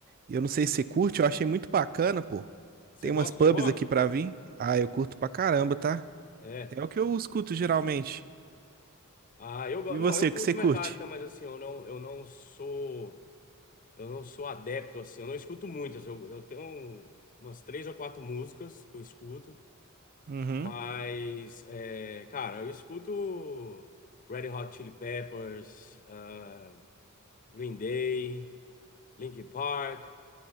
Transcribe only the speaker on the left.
você
gosta
de rock?
É.
Ah, eu gosto.
Não, eu curto
Metallica, mas assim, eu não, eu não sou, eu não sou adepto assim. Eu não escuto muitas. Eu, eu tenho umas três ou quatro músicas que eu escuto,
mas, é, cara, eu escuto Red Hot Chili Peppers, ah, Green Day, Linkin Park